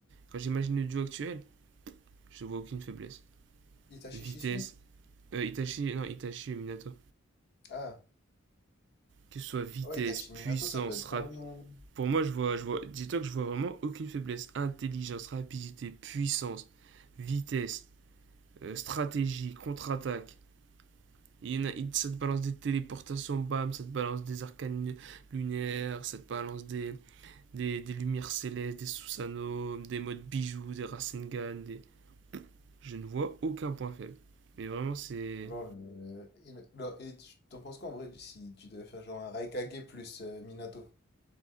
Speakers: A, on the right (about 55°); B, on the left (about 50°).
A: Quand j'imagine le duo actuel, je vois aucune faiblesse.
B: Itachi
A: Vitesse,
B: Shisui?
A: euh, Itachi, non, Itachi et Minato.
B: Ah,
A: Que ce soit vitesse,
B: ouais, Itachi
A: puissance,
B: Minato, ça peut être
A: rap.
B: bon.
A: Pour moi, je vois, je vois, dis-toi que je vois vraiment aucune faiblesse. Intelligence, rapidité, puissance, vitesse, euh, stratégie, contre-attaque. Il y en a, ça te balance des téléportations, bam, ça te balance des arcanes lunaires, ça te balance des, des, des lumières célestes, des Susanoo, des modes bijoux, des Rasengan, des... Je ne vois aucun point faible. Mais vraiment, c'est...
B: Non, le- et, le- non, et tu t'en penses quoi en vrai du- si tu devais faire genre un Raikage plus euh, Minato?